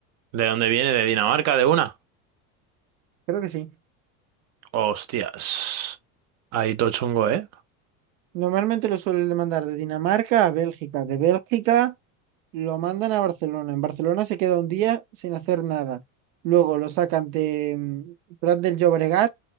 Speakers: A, on the right (about 45°); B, on the right (about 85°).
A: ¿De dónde viene? ¿De Dinamarca? ¿De una?
B: creo que sí.
A: Hostias. Ahí todo chungo, ¿eh?
B: Normalmente lo suelen mandar de Dinamarca a Bélgica, de Bélgica lo mandan a Barcelona. En Barcelona se queda un día sin hacer nada. Luego lo sacan de mm, Prat del Llobregat